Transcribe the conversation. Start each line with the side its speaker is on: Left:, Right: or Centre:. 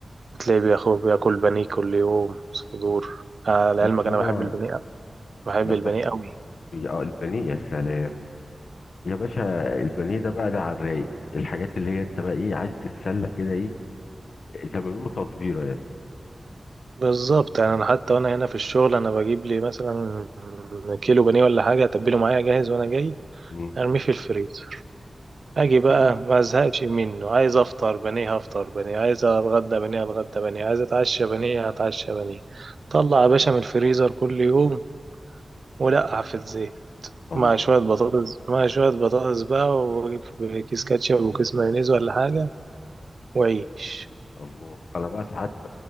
Right: بتلاقيه بياخد بياكل بانيه كل يوم صدور آه لعلمك
Left: بس انا
Right: انا بحب البانيه بحب
Left: لا
Right: البانيه
Left: بس
Right: قوي
Left: آه، البانيه يا سلام يا باشا البانيه ده بقى ده على الرايق الحاجات اللي هي انت بقى ايه عايز تتسلى كده ايه زي ما بيقولوا تصبيره يعني
Right: بالظبط يعني انا حتى وانا هنا في الشغل انا بجيب لي مثلا كيلو بانيه ولا حاجه اتبله معايا جاهز وانا جاي
Left: مم.
Right: ارميه في الفريزر اجي بقى
Left: الله
Right: ما ازهقش منه عايز افطر بانيه هفطر بانيه عايز اتغدى بانيه اتغدى بانيه عايز اتعشى بانيه هتعشى بانيه طلع يا باشا من الفريزر كل يوم ولقع في الزيت
Left: الله
Right: مع شويه بطاطس مع شويه بطاطس بقى وكيس كاتشب وكيس مايونيز ولا حاجه وعيش
Left: الله انا بقى ساعات ب...